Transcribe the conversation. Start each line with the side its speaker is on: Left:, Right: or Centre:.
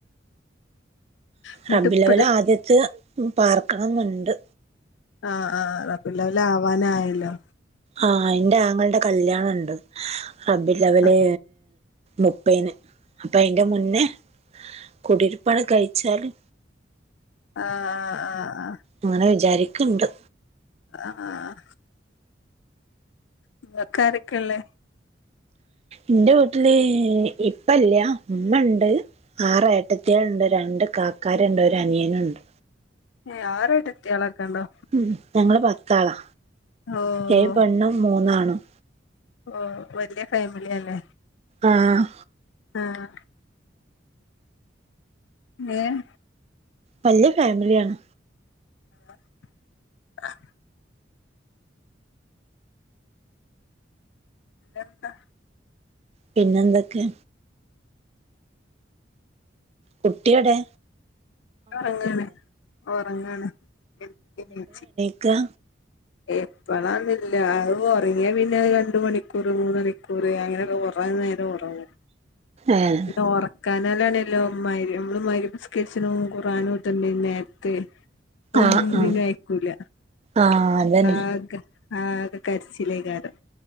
Left: എന്നിട്ട്
Right: റബ്ബില്ല
Left: ഇപ്പട്
Right: വ്വലാദ്യത്ത് ഉം പാർക്കണംന്ന്ണ്ട്.
Left: ആഹ്, ആഹ്, ആഹ് റബ്ബിഉൽ അവ്വലാവാനായല്ലോ
Right: ആഹ്, എന്റെ ആങ്ങൾണ്ടെ കല്ല്യാണണ്ട് റബ്ബിയുല്ലവ്വല്
Left: ആഹ്
Right: മുപ്പെയ്ന്. അപ്പൊ അയ്ന്റെ മുന്നെ കുടിരുപ്പാണ്ട് കയിച്ചാല്
Left: ആഹ് ആഹ് ആഹ് ആഹ് ആഹ്
Right: അങ്ങനെ വിചാരിക്ക്ണ്ട്.
Left: അഹ്, ആഹ് ഇങ്ങക്കാരെക്കെള്ളെ?
Right: ഇന്റെ വീട്ടില് ഇപ്പല്ല്യ, ഉമ്മ ണ്ട്. ആറ് ഏട്ടത്ത്യൾണ്ട് രണ്ട് കാക്കാര്ണ്ട് ഒരനിയന്ണ്ട്.
Left: ഏഹ്, ആർ എട്ടത്തിയാളക്കണ്ടോ
Right: ഉം, ഞങ്ങള് പത്താളാ.
Left: ഓഹ്
Right: ഏഴ് പെണ്ണും, മൂന്ന് ആണും.
Left: ഓഹ്, വല്ല്യ ഫാമിലി അല്ലേ.
Right: ആഹ്
Left: ആഹ് മേം
Right: വല്ല്യ ഫേമിലിയാണ്.
Left: ആഹ്, അഹ് എന്താ
Right: പിന്നെന്തൊക്കെ? കുട്ടിയൊടെ?
Left: ഒറങ്ങാണ് ഒറങ്ങാണ് <unintelligible>
Right: ക്കാ
Left: എപ്പളാന്നില്ല്യാ അത് ഒറങ്ങിയ പിന്നെ രണ്ട് മണിക്കൂറ് മൂന്ന് മണിക്കൂറ് അങ്ങനെയൊക്കെ <unintelligible> തോനെ നേരം ഒറങ്ങും.
Right: ഏഹ്
Left: ഓറക്കാനാലാണല്ലോ മഗ് രി അമ്മള് മഗ് രിബ്സ്കരിച്ച്നോ ഖുർആൻ ഓത്തും പിന്നെ ത്ത് ഒന്നിനും
Right: ആഹ് ആഹ്
Left: പിന്നെ അയക്കൂല.
Right: ആഹ് അതന്നെ
Left: ആക ആകെ കര്ച്ചിലേയികാരം.